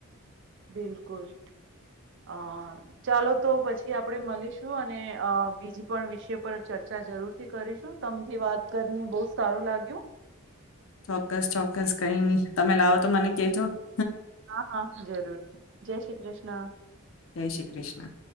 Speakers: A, on the right; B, on the left.
A: બિલકુલ અ ચાલો તો પછી આપણે મળીશું. અને અ બીજી પણ વિષય પર ચર્ચા જરૂરથી કરીશું. તમથી વાત કરીને બહુ સારું લાગ્યું.
B: ચોક્કસ ચોક્કસ કઈ નહી તમે લાવો તો મને <inaudible>
A: હા હા જરૂર. જય શ્રી કૃષ્ણ.
B: જય શ્રી કૃષ્ણ.